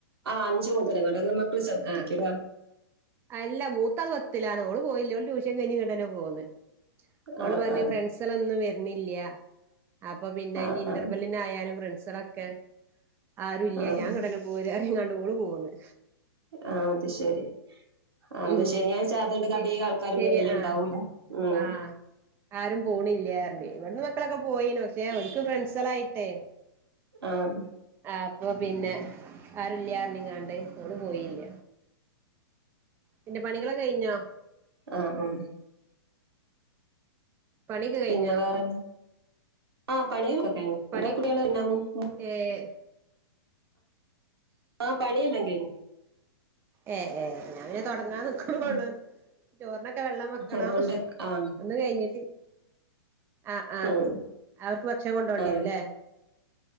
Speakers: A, on the right (about 70°); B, on the right (about 15°).
A: ആഹ് അഞ്ചു മുതല് അങ്ങട്ട് മക്കള് ചെറുതായിരിക്കൂല്ലോ
B: ആഹ് അല്ല മൂത്താൾ പത്തിലാണ് ഓള് പോയില്ല ടൂഷ്യൻ കഴിഞ് ഇങ്ങട്ടെന്നെ പോന്ന് ഓള്
A: ആ
B: പറഞ്
A: ആ
B: ഫ്രണ്ട്സാളെന്നും വരുന്നില്ല അപ്പൊ പിന്നെ
A: ആ ആ
B: ഇനി ഇന്റർവെൽ പിന്നെ ആയാലും ഫ്രണ്ട്സുകളൊക്കെ ആരും ഇല്ല
A: ആ ആ
B: ഞാൻ ഇങ്ങടെനെ പോര പറഞ്ങ്ങാണ്ട് ഓള് പോന്ന്
A: ആ അത് ശരി ആ അന്ന്
B: ഉം
A: ശനിയാഴ്ച അതുകൊണ്ട്
B: ശെ
A: അതിക ആൾക്കാരും
B: ശരി
A: പോവല്
B: ആഹ്
A: ഉണ്ടാവൂല ഉം
B: ആഹ് ആരും പോണില്ലാ പറഞ്ഞു ഇവിടന്ന് മക്കളൊക്കെ പോയിനു പക്ഷേ ഒല്ക്ക് ഫ്രണ്ട്സളായിട്ടെ
A: ആഹ്
B: ആ അപ്പൊ പിന്നെ ആരുല്ല പർഞ്ങ്ങാണ്ട് ഓള് പോയില്ല പിന്നെ പണികള് കഴിഞ്ഞോ
A: ആഹ് ആഹ്
B: പണിയൊക്കെ കഴിഞ്ഞോ
A: പിന്നെ വേറെ ആഹ് പണികളൊക്കെ
B: പണി
A: കഴിഞ്ഞു <unintelligible>
B: ഏഹ്
A: ആ പണിയല്ലാം കഴിഞ്ഞു
B: ഏഹ് ഏഹ് ഞാൻ പിന്നെ തുടങ്ങാന്ന് നിക്ക ക്കുണെള്ളൂ
A: ഉം.
B: ചോറിനൊക്കെ വെള്ളം വെക്കണം
A: അതുകൊണ്ട് ആ
B: ഒന്നും കഴിഞ്ഞിട്ട് ആഹ് ആഹ്
A: ഉം,
B: അവർക്ക് ഭക്ഷണം കൊണ്ടേണ്ടി
A: ആ ആ
B: വരും ഇല്ലേ